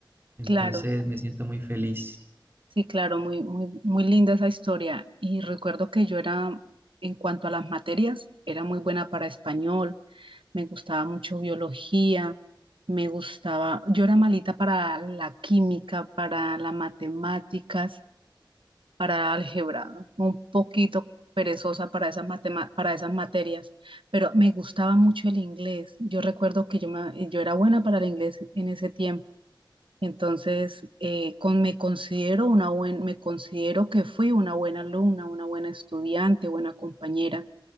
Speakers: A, on the right; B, on the right.
A: Entonces
B: Claro,
A: me siento muy feliz.
B: sí, claro, muy, muy, muy linda esa historia. Y recuerdo que yo era, en cuanto a las materias, era muy buena para español me gustaba mucho biología, me gustaba, yo era malita para la química, para las matemáticas, para álgebra, ¿no? un poquito perezosa para esas matema- para esas materias, pero me gustaba mucho el inglés. Yo recuerdo que yo, me- yo era buena para el inglés en ese tiempo. Entonces, eh, con, me considero una buen, me considero que fui una buena alumna, una buena estudiante, buena compañera